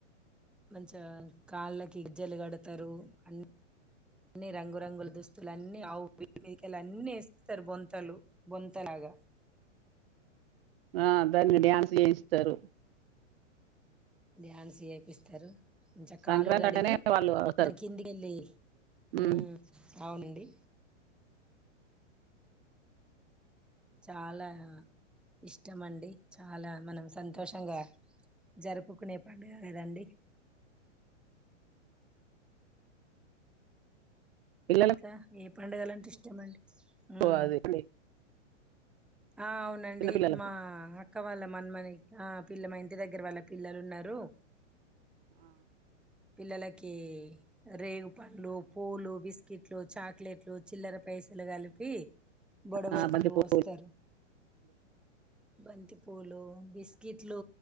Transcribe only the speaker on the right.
ఆ దాన్ మీ డ్యాన్స్ ఏస్తరు
సంక్రాంతి
అంటేనే వాళ్ళు వస్తారు
ఉమ్
పిల్లలకు
ఓ అదే అండి
చిన్న పిల్లలకు
ఆ
ఆ బంతి పూలు